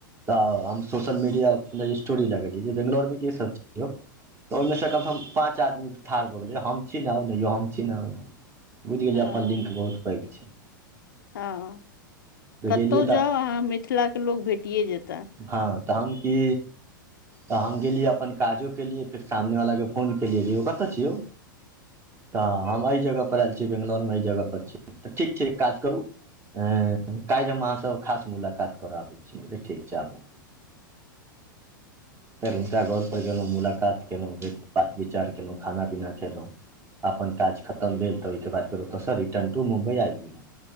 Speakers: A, on the right; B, on the left.
A: तऽ हम सोशल मीडिया स्टोरी लगलियै जे बेैंगलौरमे कीसभ छै तऽ ओहिमेसँ कमसम पाँच आदमीके ठाढ़ भऽ गेलै हम छीनाहउ ने यौ हम छीह आउ ने बुझ गेलै
B: हँ
A: जे अपन लिंक बहुत पैघ छै
B: हँ
A: तऽ
B: कतहु
A: गेलियै तऽ
B: जाउ अहाँ मिथिलाके लोक भेटिए जेताह
A: हँ तऽ हम कि तऽ हम गेलियै अपन काजो केलियै फेर सामनेवलाके फोन केलियै जे यौ कतऽ छिय यौ तऽ हम एहि जगह पर आयल छी बेंगलौरमे एहि जगह पर छी तऽ ठीक छै काज करू काल्हि हम अहाँसँ खास मुलाकात कराबैत छी ठीक छै आबू फेर हुनका घर पर गेलहुँ मुलाकात कयलहुँ बात विचार केलहुँ खाना पीना कयलहुँ अपन काज खतम भेल तऽ ओहिके बाद फेर ओतयसँ रिटर् टू मुम्बइ आब गेलहुँ